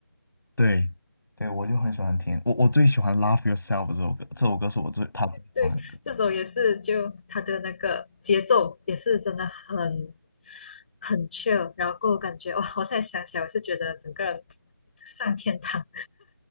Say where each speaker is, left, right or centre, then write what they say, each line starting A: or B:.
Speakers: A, on the left; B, on the left.
A: 对，对，我就很喜欢听，我我最喜欢《Love Yourself》这首歌，这首歌是我最他最喜欢的歌。
B: 对，这首也是就他的那个节奏也是真的很很 chill，然后感觉哇，我现在想起来我是觉得整个人上天堂。